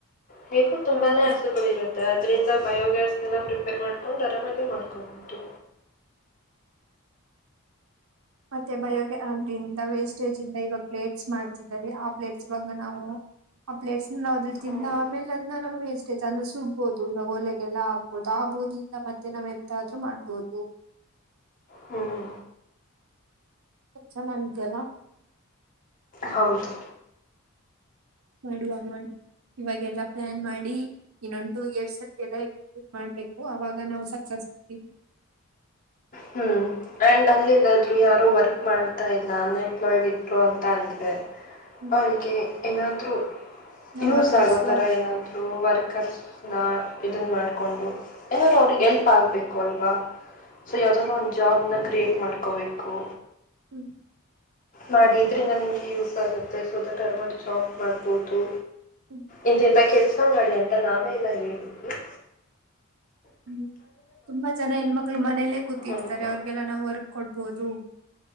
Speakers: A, on the left; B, on the right.
A: ಹೇಗೂ ತುಂಬಾನೇ
B: ಬಯೋಗ್ಯಾಸ್
A: ಆಸೆಗಳು ಇರುತ್ತೆ ಅದ್ರಿಂದ. ಬಯೋಗ್ಯಾಸ್ನೆಲ್ಲ ಪ್ರಿಪೇರ್ ಮಾಡ್ಕೊಂಡು ಆರಾಮಾಗಿ ಮಾಡ್ಕೊಬೋದಿತ್ತು.
B: ಮತ್ತೆ ಬಯೋಗೆ ಅ್ರಂದ ವೇಸ್ಟೇಜ್ ಇಂದ ಇವಾಗ ಪ್ಲೇಟ್ಸ್ ಮಾಡ್ತಿದ್ದಾರೆ ಆ ಪ್ಲೇಟ್ಸ್ ಇವಾಗ ನಾವು ಆ ಪ್ಲೇಟ್ಸ್. ಇಲ್ಲ ಆದ್ರೆ
A: ಹ್ಞೂ
B: ತಿಂದಾದಮೇಲೆ ಅದನ್ನ ಎಸ್ ಮತ್ತೆ ಜನ ಸುಡ್ಬೋುದು ಇವಾಗ ಒಲೆಗೆಲ್ಲ ಹಾಕ್ಬೋದು ಆ ಬೂದಿಯಿಂದ ಮತ್ತೆ ನಾವ್ ಎಂತಾದ್ರು ಮಾಡ್ಬೋದು.
A: ಹ್ಮ್
B: ಇದ್ ಚೆನ್ನಾಗಿದ್ದ್ಯಲ್ಲ.
A: ಹೌದು.
B: ಮಾಡುವ ಮಾಡ್ ಇವಾಗೆಲ್ಲಾ ಪ್ಲಾನ್ ಮಾಡಿ. ಇನ್ನೊಂದು ಟು ಇಯರ್ಸ್ ಅಲ್ಲಿ ಎಲ್ಲ ಎಕ್ಸಿಕ್ಯೂಟ್ ಮಾಡ್ಬೇಕು ಅವಾಗ ನಾವು ಸಕ್ಸಸ್ ಆಗ್ತೀವಿ.
A: ಹ್ಮ್ ಆ್ಯಂಡ್ ಅಲ್ಲಿಲ್ಲಾದ್ರು ಯಾರು ವರ್ಕ್ ಮಾಡ್ತಾ ಇಲ್ಲ ಅನ್ಎಂಪ್ಲಾಯ್ಡ್ ಇದ್ರು ಅಂತ ಅಂದ್ರೆ.
B: ಹ್ಮ್
A: ಅವರಿಗೆ ಏನಾದ್ರೂ. ಯೂಸ್
B: ವರ್ಕರ್ಸ್
A: ಆಗೋತರ
B: ವರ್ಕ್
A: ಏನಾದ್ರು ವರ್ಕರ್ಸ್. ನಾ ಇದನ್ನು ಮಾಡ್ಡ್ಕೊಂಡು. <unintelligible>
B: ಹ್ಮ್
A: ಎಲ್ಪ ಆಗಬೇಕ್. ಕೊಲ್ವಾ. ಸೊ ಯಾವ್ದನ ಒಂದು ಜಾಬ್ ನ. ಕ್ರಿಯೇಟ್ ಮಾಡ್ಕೋಬೇಕು.
B: ಹ್ಮ
A: ಮಾಡಿ ಇದ್ರಿಂದ ನಿಮ್ಗೆ ಯೂಸ್ ಆಗುತ್ತೆ ಸೊ ದಟ್ ಅರ್ಮನ್ ಜಾಬ್ ಮಾಡ್ಬೋದು.
B: ಹ್ಮ್
A: ಇಂತ ಇಂತ ಕೇಲ್ಸ್. ಊಟ ಮಾಡಿ ಅಂತ ನಾವೆ ಎಲ್ಲ ಹೇಳಿದ.
B: ಹ್ಮ್ ತುಂಬಾ ಜನ ಹೆಣ ಮಕ್ಳು ಮನೇಲ್ಲೇ ಕೂತ್. ಇರ್ತಾರೆ
A: ಅಂತ.
B: ಅವ್ರರಿಗೆಲ್ಲ ನಾವು. ವರ್ಕ್ ಕೊಡ್ಬೋದು.